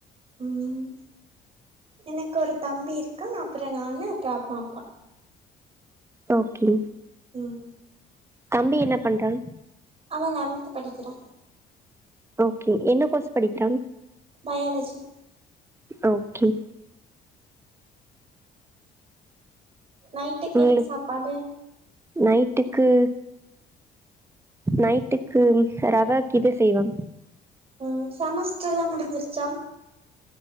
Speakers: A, on the right; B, on the right.
A: ம் எனக்கு ஒரு தம்பி இருக்கா அப்பற நானு அப்பற அம்மா அப்பா
B: ஓகே
A: ம்
B: தம்பி என்ன பண்றா
A: அவ லெவன்த்து படிக்கிறா
B: ஓகே என்ன கோர்ஸ் படிக்கிறா
A: பாயாலஜி
B: ஓகே
A: நைட்டுக்
B: உங்களுக்கு
A: என் சாப்பாடு
B: நைட்டுக்கு நைட்டுக்கு ரவா கீது செய்வா
A: ம் சமஸ்டர்லா முடிஞ்சிருச்சா